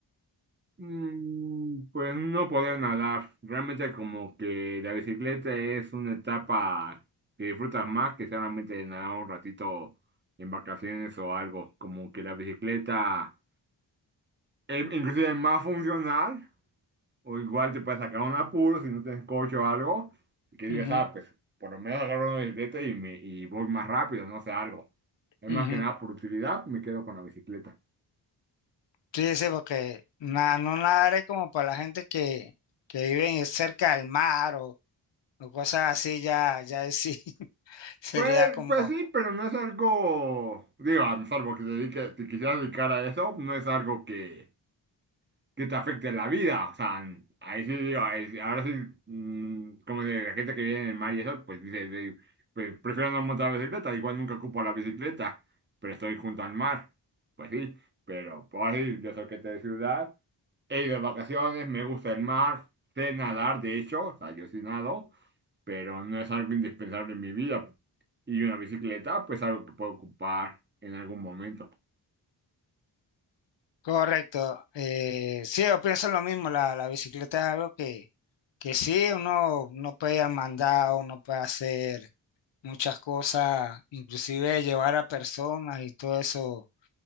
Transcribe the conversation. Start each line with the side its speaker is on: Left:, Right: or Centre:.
Right: Mm, pues no poder nadar. Realmente como que la bicicleta es una etapa que disfrutas más que solamente nadar un ratito en vacaciones o algo. Como que la bicicleta es inclusive más funcional. O igual te puedes sacar un apuro si no tienes coche o algo, y que digas,
Left: Ujú,
Right: ah, pues por lo menos agarro una bicicleta y, me, y voy más rápido, no sé, algo. Es más
Left: ujú.
Right: que nada por utilidad, me quedo con la bicicleta.
Left: Sí, sí, porque na- no nadar es como para la gente que, que vive cerca del mar o, o cosas así, ya, ya ahí sí, <laughs> sería
Right: Pues,
Left: como
Right: pues sí, pero no es algo, digo, salvo que te dedique, te quisieras dedicar a eso, no es algo que, que te afecte en la vida. O sea, ahí sí digo, ahí sí- ahora sí, mm, como de la gente que vive en el mar y eso, pues dice, de- pues prefiero no montar bicicleta, igual nunca ocupo la bicicleta, pero estoy junto al mar. Pues sí, pero pues ahora sí, yo soy gente de ciudad, he ido de vacaciones, me gusta el mar, sé nadar, de hecho, o sea, yo sí nado, pero no es algo indispensable en mi vida. Y una bicicleta, pues algo que puedo ocupar en algún momento.
Left: correcto. Eh, sí, yo pienso lo mismo, la, la bicicleta es algo que, que sí, uno no puede ir al mandado, uno puede hacer muchas cosas, inclusive llevar a personas y todo eso,